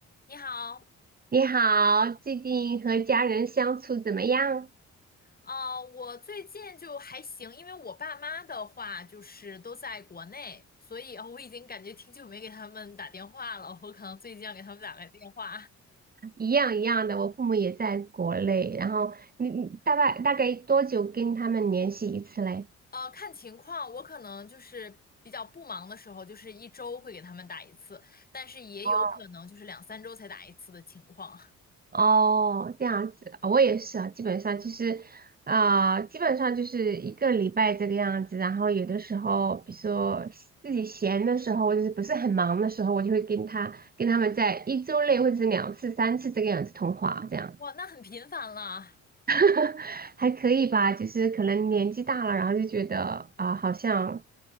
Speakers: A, on the left; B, on the right.
A: 你好，
B: 你好，最近和家人相处怎么样？
A: 啊，我最近就还行，因为我爸妈的话就是都在国内，所以呃我已经感觉挺久没给他们打电话了，我可能最近要给他们打个电话，
B: 一样一样的，我父母也在国内，然后你你大概大概多久跟他们联系一次嘞？
A: 呃，看情况，我可能就是比较不忙的时候，就是一周会给他们打一次，但是也有可能就是两三周才打一次的情况，
B: 哦，哦，这样子，哦我也是啊，基本上就是，啊、基本上就是一个礼拜这个样子。然后有的时候，比如说自己闲的时候，或者是不是很忙的时候，我就会跟他跟他们在一周内或者是两次、三次这个样子通话，这样。
A: 哇，那很频繁了，
B: <laughs> 还可以吧，就是可能年纪大了，然后就觉得啊、好像